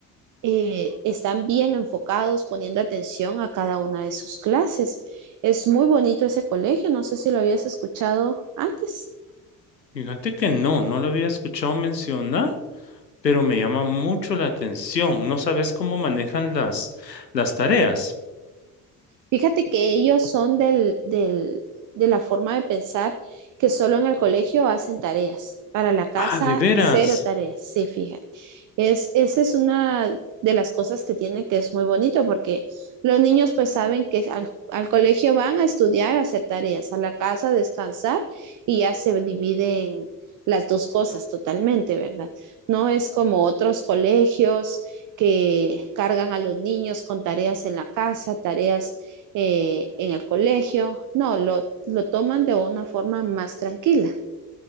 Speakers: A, on the right; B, on the left.
A: eh, están bien enfocados, poniendo atención a cada una de sus clases. Es muy bonito ese colegio, no sé si lo habías escuchado antes.
B: Fíjate que no, no lo había escuchado mencionar, pero me llama mucho la atención. No sabes cómo manejan las, las tareas.
A: Fíjate que ellos son del, del, de la forma de pensar que solo en el colegio hacen tareas. Para la casa,
B: Ah, de veras.
A: cero tareas. Sí, fíjate. Es, esa es una de las cosas que tienen que es muy bonito porque los niños pues saben que al, al colegio van a estudiar, a hacer tareas, a la casa a descansar y ya se dividen las dos cosas totalmente, ¿verdad? No es como otros colegios que cargan a los niños con tareas en la casa, tareas eh, en el colegio. No, lo, lo toman de una forma más tranquila.